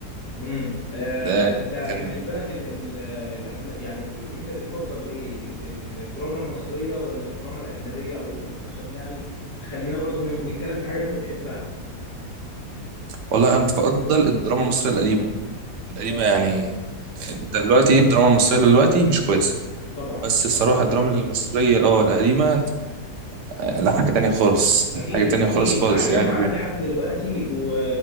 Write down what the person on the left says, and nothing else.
امم آه،
انت
بالنسبه لك ال- ال- الافلام يعني انت بتفضل ايه ال- ال- الدراما المصريه ولا الدراما الاجنبيه او عشان يعني خلينا برضو ن- نتكلم في الحاجه اللي انت بتحبها
اه
طبعا
طبعا
اكيد
اكيد
عايشه
معانا لحد دلوقتي و...